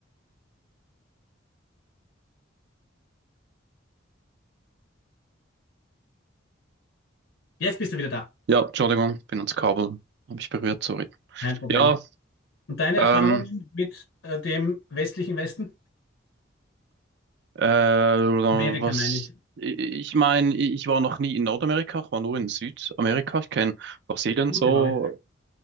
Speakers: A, on the left (about 80°); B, on the right (about 60°).
A: jetzt bist du wieder da,
B: Ja, Entschuldigung, bin ans Kabel, habe ich berührt, sorry.
A: kein Problem.
B: Ja,
A: Und deine
B: ähm,
A: Erfahrungen mit äh, dem westlichen Westen?
B: äh, was,
A: Amerika meine ich.
B: ich meine, ich war noch nie in Nordamerika, ich war nur in Südamerika. Ich kenne Brasilien
A: Gute
B: so,
A: Wahl,